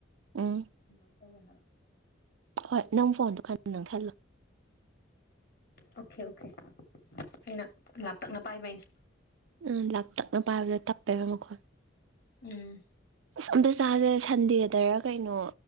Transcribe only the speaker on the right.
ꯎꯝ
ꯍꯣꯏ ꯅꯪ ꯐꯣꯟꯗꯣ ꯈꯔ ꯅꯛ ꯁꯜꯂꯣ
ꯎꯝ ꯂꯞꯇꯛꯅ ꯄꯥꯏꯕꯗꯣ ꯇꯞꯄꯦꯕ ꯃꯈꯣꯜ
ꯑꯁ ꯑꯝꯇ ꯆꯥꯁꯦ ꯁꯟꯗꯦꯗꯔ ꯀꯩꯅꯣ